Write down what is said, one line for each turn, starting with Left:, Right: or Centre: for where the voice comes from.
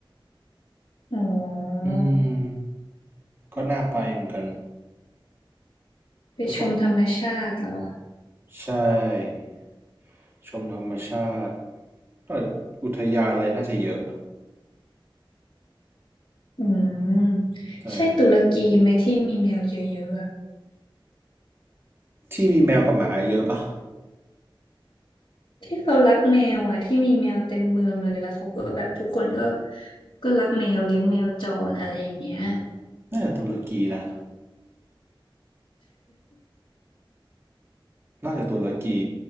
Left: อ๋อ
Right: อืมก็น่าไปเหมือนกัน
Left: ไปชมธรรมชาติเหรอ
Right: แต่เขา ใช่ชมธรรมชาติก็อุทยานอะไรน่าจะเยอะ
Left: อืมใช่ตุรกีไหมที่มีแมวเยอะๆอะ
Right: ใช่ที่มีแมวกับหมาเยอะปะ
Left: ที่เขารักแมวอ่ะที่มีแมวเต็มเมืองเลยแล้วเขาก็แบบทุกคนก็ก็รักแมวเลี้ยงแมวจรอะไรอย่างเงี้ย
Right: น่าจะตุรกีนะน่าจะตุรกี